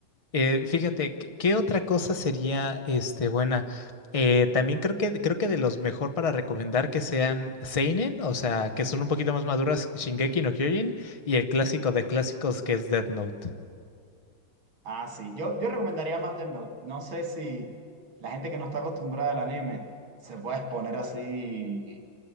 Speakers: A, on the left (about 45°); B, on the right (about 85°).
A: Eh, fíjate, ¿qué, qué otra cosa sería este buena? Eh, también creo que creo que de los mejor para recomendar que sean seinen, o sea, que son un poquito más maduras, Shingeki no Kyojin, y el clásico de clásicos que es Death Note.
B: Ah, sí. Yo, yo recomendaría más Death Note. No sé si la gente que no está acostumbrada al anime se puede exponer así